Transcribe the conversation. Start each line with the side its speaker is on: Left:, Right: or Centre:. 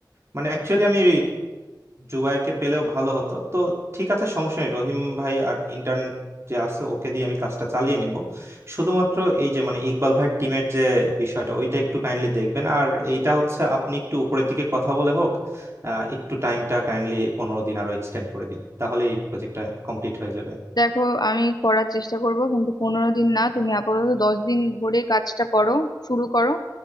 Right: মানে অ্যাকচুয়ালি আমি জুবায়েরকে পেলেও ভালো হতো তো ঠিক আছে সমস্যা নেই রহিম ভাই আর ইন্টার্ন যে আছে ওকে দিয়ে আমি কাজটা চালিয়ে নিব শুধুমাত্র এই যে মানে ইকবাল ভাইয়ের টিমের যে বিষয়টা ওইটা একটু কাইন্ডলি দেখবেন আর এইটা হচ্ছে আপনি একটু উপরের দিকে কথা বলে হোক আহ, একটু টাইমটা কাইন্ডলি পনেরো দিন আরো এক্সটেন্ড করে দিন তাহলে এই প্রজেক্টটা কমপ্লিট হয়ে যাবে
Left: দেখো আমি করার চেষ্টা করব কিন্তু পনেরো দিন না তুমি আপাতত দশ দিন ধরে কাজটা করো শুরু করো